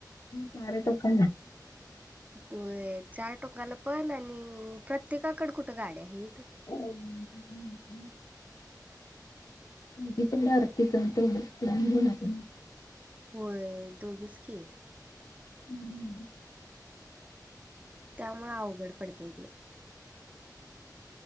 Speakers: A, on the left; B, on the right.
A: सार तोक
B: तूय चार टोकाला पण आणि प्रत्येकाकड कुठे गाड्या आहेत.
A: <unintelligible> <unintelligible>
B: होय दोघीच की.
A: हम्.
B: त्यामुळे अवघड पडताय तेे.